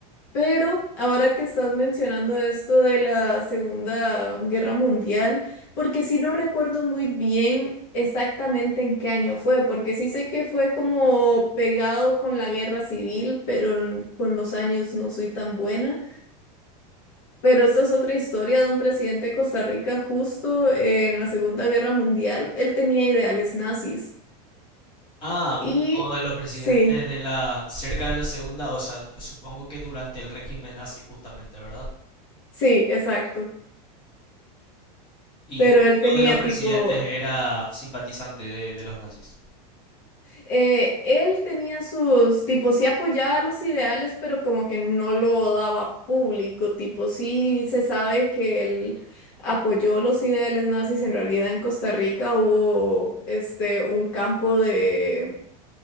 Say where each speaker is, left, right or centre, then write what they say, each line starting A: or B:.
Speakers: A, on the left (about 50°); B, on the left (about 25°).
A: Pero ahora que estás mencionando esto de la Segunda Guerra Mundial, porque sí no recuerdo muy bien exactamente en qué año fue, porque sí sé que fue como pegado con la guerra civil, pero n- con los años no soy tan buena. Pero esta es otra historia de un presidente de Costa Rica justo en la Segunda Guerra Mundial. Él tenía ideales nazis.
B: Ah,
A: Y
B: uno de los presidentes
A: sí,
B: de la, cerca de la segunda, o sea, supongo que durante el régimen nazi justamente, ¿verdad?
A: sí, exacto.
B: Y
A: Pero
B: uno
A: él tenía
B: de los presidentes
A: tipo
B: era simpatizante de, de los nazis.
A: eh, él tenía sus, tipo, sí apoyaba los ideales, pero como que no lo daba público, tipo, sí se sabe que él apoyó los ideales nazis, en realidad en Costa Rica hubo, este, un campo de,